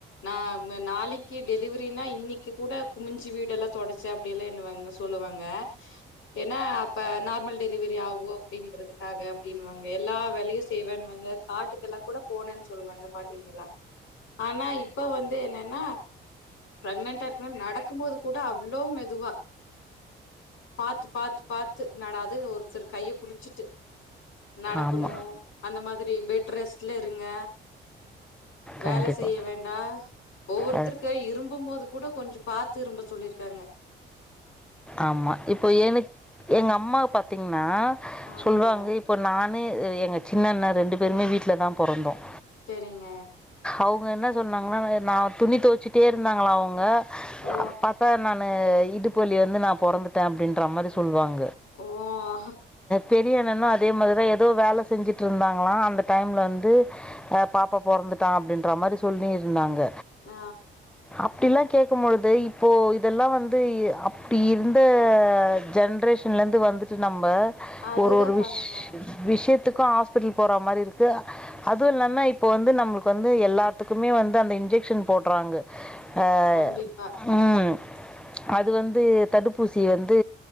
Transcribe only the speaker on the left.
ந நாளைக்கு டெலிவரினா இன்னைக்கு கூட குமிஞ்சு வீடெல்லாம் தொடச்ச அப்டி எல்லாம் என்னுவாங்க சொல்லுவாங்க ஏன்ன அப்ப நார்மல் டெலிவரி ஆகும் அப்டிங்கறதுக்காக அப்டினுவாங்க எல்லா வேலையும் செய்வேன்பாங்க காட்டுக்கெல்லாம் கூட போனேன் சொல்லுவாங்க பாட்டீங்களான் ஆனா இப்ப வந்து என்னென்னா பிரெக்ன ன்ட் நடக்கும்போது கூட அவ அவ்ளோ மெதுவா பாத்து பாத்து பாத்து நட அது ஒருத்தர் கைய புடிச்சிட்டு நடக்கணும்
அந்த மாதிரி பெட் ரெஸ்ட்ல இருங்க வேல
செய்ய வேண்டா ஒவ்வொருத்தருக்கு
இரும்பும் போது கூட கொஞ்சம் பாத்து இரும்ப சொல்லியிருக்காங்க
ஆமாங்க
செரிங்க
ஓ
ஓ ஆ
ஆ
அதுதா
பாருங்க
கண்டிப்பா